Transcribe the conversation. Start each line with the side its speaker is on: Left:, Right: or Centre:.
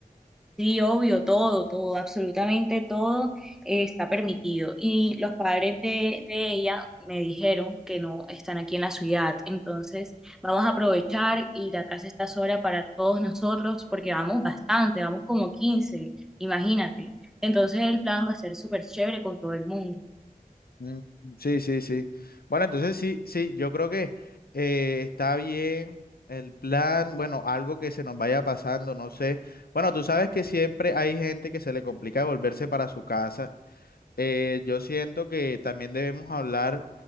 Centre: Sí, obvio, todo, todo, absolutamente todo eh, está permitido. Y los padres de, de ella me dijeron que no están aquí en la ciudad. Entonces, vamos a aprovechar y la casa está sola para todos nosotros porque vamos bastante, vamos como 15 imagínate. Entonces, el plan va a ser súper chévere con todo el mundo.
Left: Mm, Sí, sí, sí. Bueno, entonces sí, sí, yo creo que eh, está bien el plan, bueno, algo que se nos vaya pasando, no sé. Bueno, tú sabes que siempre hay gente que se le complica volverse para su casa. Eh, yo siento que también debemos hablar,